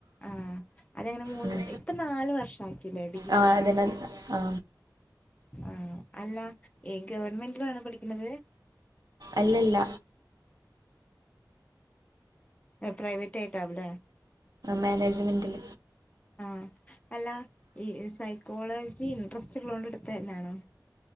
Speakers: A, on the left; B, on the right.
A: ആഹ്‌ അതങ്ങനെ മൂന്ന്
B: ഉം.
A: ഇപ്പൊ നാല് വർഷം ആക്കില്ലേ ഡിഗ്രി
B: ആ
A: ഒക്കെ
B: അതിന ആ
A: ആഹ്‌. അല്ല. ഏ ഗവൺമെന്റിലാണ് പഠിക്കുന്നത്.
B: അല്ലല്ല
A: ആ പ്രൈവ സ്റ്റേറ്റാവല്ലേ
B: മാനേജ്മെൻറ്റിൽ
A: ആഹ്‌. അല്ല ഈ സൈക്കോളജി ഇൻട്രസ്റ്റ്ള്ളൊണ്ട് എടുത്തന്നെയാണോ?